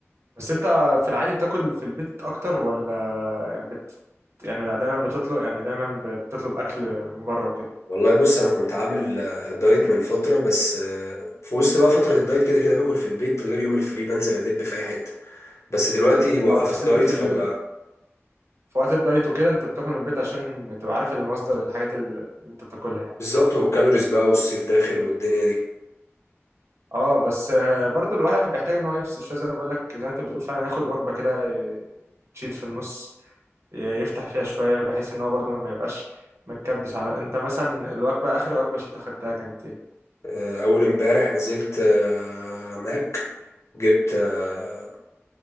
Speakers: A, on the right; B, on the left.
A: بس انت في العادي بتاكل في البيت اكتر ولا بت... يعني دايما بتطلب يعني دايما بتطلب اكل من بره وكده
B: والله بص انا كنت عامل آه، دايت من فتره بس آه، في وسط بقى فتره الدايت كده كده باكل في البيت غير يوم الفري بنزل ادب في اي حته بس دلوقتي وقفت
A: اه بس
B: دايت
A: انت في
B: فب
A: ال... في وقت الدايت وكده انت بتاكل من البيت عشان تبقى عارف المصدر الحاجات اللي انت بتاكلها يعني
B: بالظبط والكالوريز بقى والصيف داخل والدنيا دي
A: اه بس آه، برضو الواحد بيحتاج ان هو يفصل شويه زي ما بقول لك زي ما انت بتقول فعلا ياخد وجبه كده ي- تشيت في النص يفتح فيها شوية بحيث ان هو برضو ما يبقاش متكبس على انت مثلا الوجبة اخر وجبة شيت اخدتها كانت ايه
B: آه، اول امبارح نزلت آه، ماك جبت آه،